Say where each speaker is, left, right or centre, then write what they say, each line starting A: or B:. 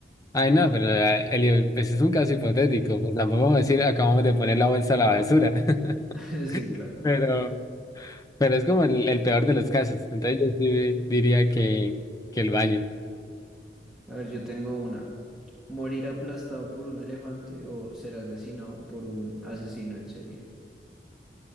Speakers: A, on the left (about 20°); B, in the centre.
A: ay no, pero eh, Eli, pues es un caso hipotético, pues tampoco vamos a decir acabamos de poner la bolsa a la basura, <laughs>
B: <laughs> Sí, claro.
A: pero Pero es como el, el peor de los casos. Entonces yo sí diría que, que el baño.
B: A ver, yo tengo una. ¿Morir aplastado por un elefante o ser asesinado por un asesino en serie?